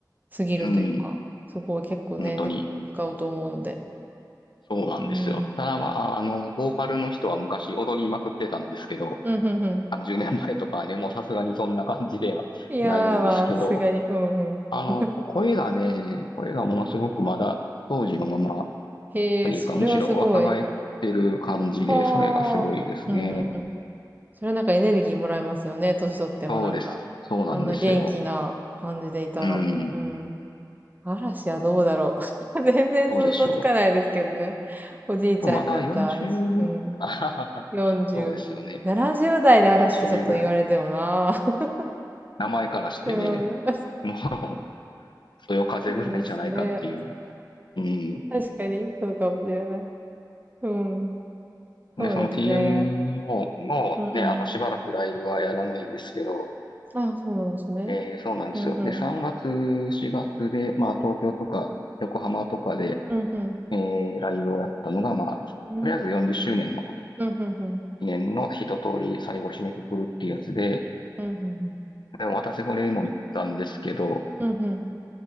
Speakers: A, on the right (about 25°); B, on the left (about 80°).
A: 過ぎるというか、
B: うん。
A: すごい結構ね、
B: 本当に。
A: エネルギー使うと思うので。
B: そうなんですよ。
A: うん。
B: ただまあ、あの、ボーカルの人は昔踊りまくってたんですけど、
A: うんうんうん。
B: 30年前とかはね、もうさすがにそんな感じではないんですけど、
A: いやー、まあ、さすがに。うんうん。
B: あの、こ声がね、声がものすごくまだ当時のまま
A: へえ、
B: というか、
A: それはすごい。
B: むしろ若返ってる感じで、
A: はあ。
B: それがすごいですね。
A: うんうんうん。それなんかエネルギーもらえますよね。年取ってもなんか。
B: そうです。そうなんですよ。
A: あんな元気な感じでいたら。
B: うん。
A: うん。嵐はどうだろう。<laughs> 全然想像つかないですけどね。
B: どうでしょ
A: おじいちゃんになった嵐。
B: う。まだ40、
A: うん。
B: <laughs> あはははそうですよね。
A: 40。70代で嵐ってちょっと言われてもな。
B: 40ぐらい。
A: <laughs>
B: 名前からしてね、
A: でもね、
B: もう、<laughs> そよ風ぐらいじゃないかっていう。
A: そうですね。
B: うん。
A: 確かに、そうかもしれない。うん。
B: で、
A: そうですね。
B: その TM も、もうね、
A: うんうん。
B: あの、しばらくライブはやらないんですけど、
A: あ、そうなんですね。
B: えーそうなんですよ。
A: うんうん。
B: で、3月、4月で、まあ、東京とか横浜とかで、
A: うんうん。
B: えーライブをやったのが、まあ、
A: うん
B: とりあえず40周年の
A: うん、ふんふん。
B: 記念の一通り最後締めくくるっていうやつで、
A: うん、ふんふん。
B: でも私それも行ったんですけど、
A: うん、ふんふん。うん